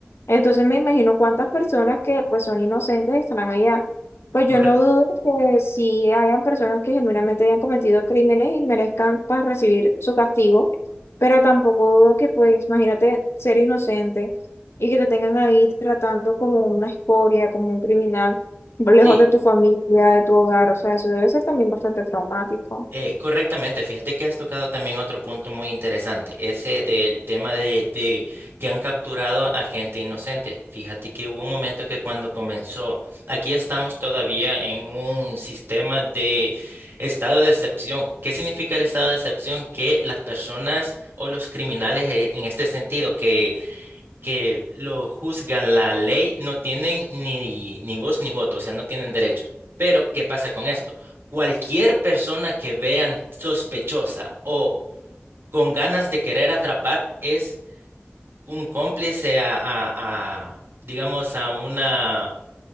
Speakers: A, on the left (about 80°); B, on the right (about 65°).
A: Entonces me imagino cuántas personas que pues son inocentes estarán allá. Pues
B: corre-
A: yo no dudo que si hayan personas que genuinamente hayan cometido crímenes y merezcan pues recibir su castigo, pero tampoco dudo que pues imagínate ser inocente y que te tengan ahí tratando como una escoria, como un criminal lejos
B: sí,
A: de tu familia, de tu hogar, o sea, eso debe ser también bastante traumático.
B: eh, correctamente. Fíjate que has tocado también otro punto muy interesante, ese del tema de, de que han capturado a gente inocente. Fíjate que hubo un momento que cuando comenzó, aquí estamos todavía en un sistema de estado de excepción. ¿Qué significa el estado de excepción? Que las personas o los criminales eh, en este sentido que que lo juzgan la ley no tienen ni, ni voz ni voto, o sea, no tienen derechos. Pero, ¿qué pasa con esto? Cualquier persona que vean sospechosa o con ganas de querer atrapar es un cómplice a, a- a, digamos, a una